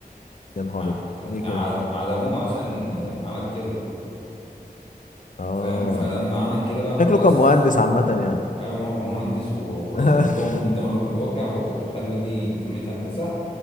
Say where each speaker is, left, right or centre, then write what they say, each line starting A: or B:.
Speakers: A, on the left (about 50°); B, on the left (about 35°).
A: يا نهار
B: ع-
A: ابيض
B: اتعد-
A: ليه كده
B: عدموه عشان عمل كده
A: اه
B: فاهم فلما عمل كده بقى خلاص
A: شكله كان مهندس عامه يعني
B: ايوه ما هو كان مهندس وخلاص
A: <laughs>
B: حطهم قدام امر الواقع وخلوا دي كليه هندسه